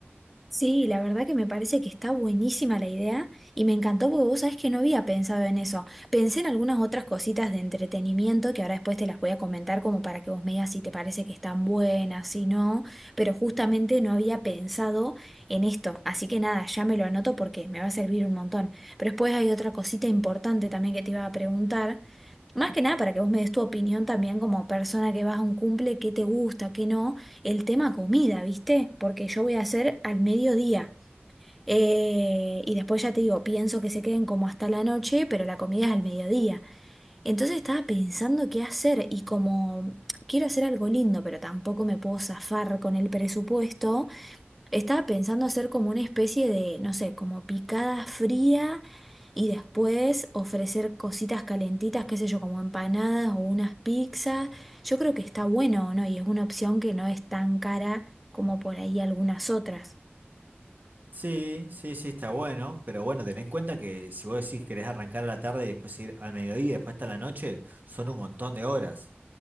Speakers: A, in the centre; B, on the right (about 45°).
A: Sí, la verdad que me parece que está buenísima la idea y me encantó porque vos sabés que no había pensado en eso. Pensé en algunas otras cositas de entretenimiento que ahora después te las voy a comentar como para que vos me digas si te parece que están buenas, si no, pero justamente no había pensado en esto. Así que nada, ya me lo anoto porque me va a servir un montón. Pero después hay otra cosita importante también que te iba a preguntar. Más que nada para que vos me des tu opinión también como persona que vas a un cumple, qué te gusta, qué no el tema comida, ¿viste? Porque yo voy a hacer al mediodía. Eh, y después ya te digo, pienso que se queden como hasta la noche, pero la comida es al mediodía. Entonces estaba pensando qué hacer y como quiero hacer algo lindo, pero tampoco me puedo zafar con el presupuesto. Estaba pensando hacer como una especie de, no sé, como picada fría y después ofrecer cositas calentitas, qué sé yo, como empanadas o unas pizzas. Yo creo que está bueno, ¿no? Y es una opción que no es tan cara como por ahí algunas otras.
B: Sí, sí, sí, está bueno, pero bueno, ten en cuenta que si vos decís querés arrancar a la tarde y después ir al mediodía, y después hasta la noche, son un montón de horas.